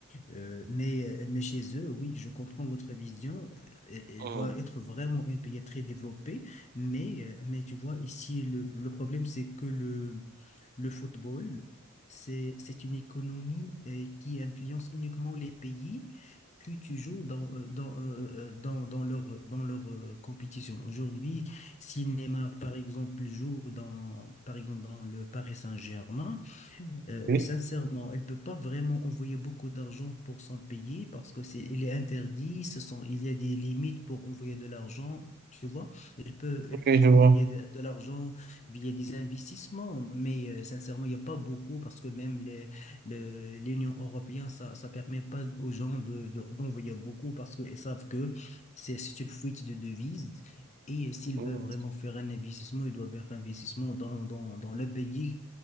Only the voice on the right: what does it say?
mhm.
Oui,
ok,
je vois.
Mhm.